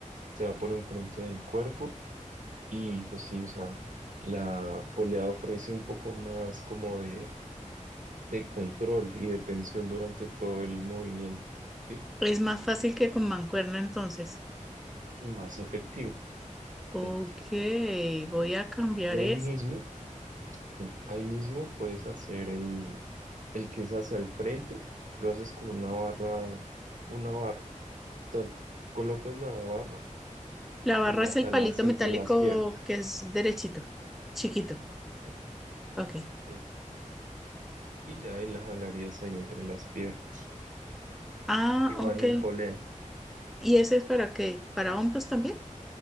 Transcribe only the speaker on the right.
sea por enfrente del cuerpo y pues sí, o sea, la polea ofrece un poco más como de, de control y de tensión durante todo el movimiento, ¿sí?
Y más efectivo.
¿sí?
Y ahí
mismo Sí, ahí mismo puedes hacer el, el que es hacia el frente, lo haces con una barra, una barra. O sea, colocas la barra
y la
jalas
entre las piernas.
Sí.
Eh, y ya ahí la jalarías ahí entre las piernas.
Igual
en polea,